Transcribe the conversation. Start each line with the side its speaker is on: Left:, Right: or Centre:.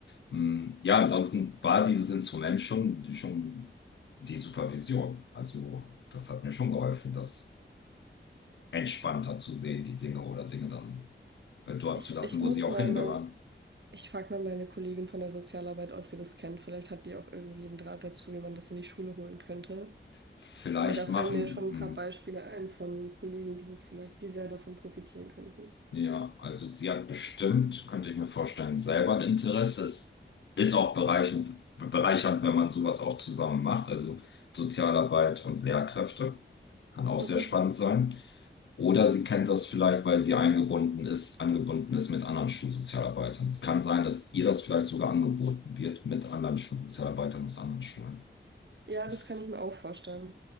Left: Mm, Ja, ansonsten war dieses Instrument schon, schon die Supervision. Also, das hat mir schon geholfen, dass entspannter zu sehen, die Dinge oder Dinge dann äh, dort
Right: Ich,
Left: zu lassen,
Right: ich
Left: wo
Right: muss
Left: sie auch
Right: mal
Left: hingehören.
Right: mein, ich frage mal meine Kollegin von der Sozialarbeit, ob sie das kennt. Vielleicht hat die auch irgendwie einen Draht dazu, wie man das in die Schule holen könnte.
Left: Vielleicht
Right: Weil da fallen
Left: machen
Right: mir
Left: die,
Right: schon ein
Left: mh,
Right: paar Beispiele ein von Kollegen, die das vielleicht, die sehr davon profitieren könnten.
Left: ja, also sie hat bestimmt, könnte ich mir vorstellen, selber ein Interesse. Es ist auch bereichend, bereichernd, wenn man sowas auch zusammen macht, also Sozialarbeit und Lehrkräfte. Kann auch
Right: Mhm.
Left: sehr spannend sein. Oder sie kennt das vielleicht, weil sie eingebunden ist, angebunden ist mit anderen Schulsozialarbeitern. Es kann sein, dass ihr das vielleicht sogar angeboten wird mit anderen Schulsozialarbeitern aus anderen Schulen.
Right: Ja,
Left: Ist
Right: das kann ich mir auch vorstellen.